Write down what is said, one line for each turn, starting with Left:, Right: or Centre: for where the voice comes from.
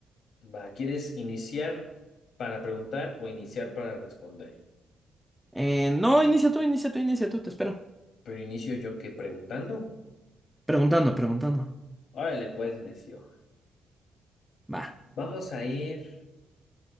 Left: Va, ¿quieres iniciar para preguntar o iniciar para responder?
Centre: Eh, no, inicia tú, inicia tú, inicia tú, te espero.
Left: Pero inicio yo que preguntando.
Centre: Preguntando, preguntando.
Left: Órale, pues, necio.
Centre: Va,
Left: Vamos a ir.